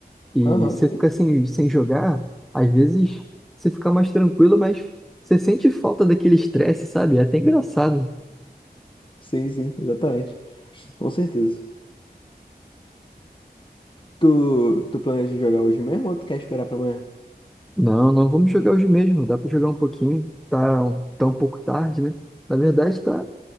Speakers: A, in the centre; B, on the left.
A: E
B: Aham,
A: você
B: sim,
A: fica sem, sem jogar, às vezes você fica mais tranquilo, mas você sente falta daquele estresse, sabe? É até engraçado.
B: sim, sim, exatamente. Com certeza. Tu, tu planeja jogar hoje mesmo ou tu quer esperar pra amanhã?
A: Não, não vamos jogar hoje mesmo, dá pra jogar um pouquinho. Tá, um- tá um pouco tarde, né? Na verdade, tá,